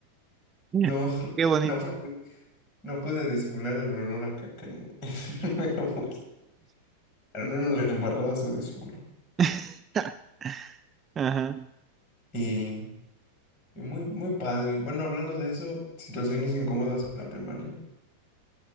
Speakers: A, on the right; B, on the left.
A: <laughs>
B: No,
A: Qué
B: <laughs>
A: bonito.
B: no pude, no pude disimular el olor a caca, en- <laughs> pero pues, al menos la embarrada se disimuló.
A: <laughs> Ajá.
B: Y, y muy, muy padre. Bueno, hablando de eso, situaciones incómodas en la primaria.